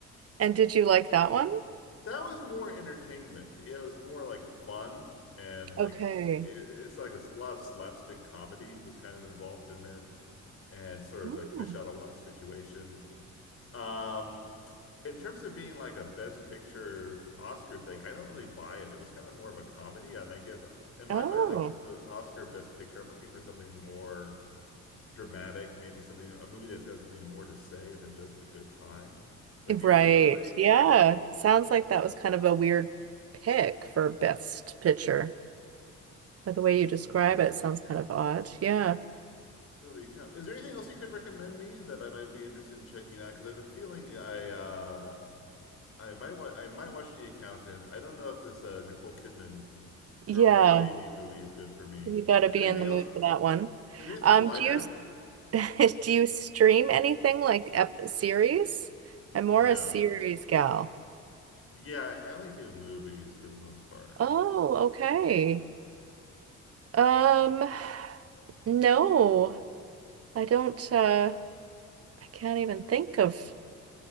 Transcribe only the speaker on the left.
That was more entertainment. Yeah, it was more like fun and like
it, it's like a a lot of slapstick comedy was kind of involved in it, and sort
of like fish out of water situations. Um, in terms of being like a best picture Oscar thing, I don't really buy it. It was kind of more of a comedy, and I guess in my
mind, like the Oscar best picture, I'm looking for something more dramatic, maybe something a movie that's got something more to say than just a good time. Like, do you
feel that way?
Yeah.
So there you count. Is there anything else you could recommend me that I might be interested in checking out? Because I have a feeling I uh, I might wa- I might watch The Accountant. I don't know if this uh, Nicole Kidman girl
baby movie is good for me.
Is
there anything
else
Is there anything
lighter?
Which
No.
Yeah, I only do movies for the most part.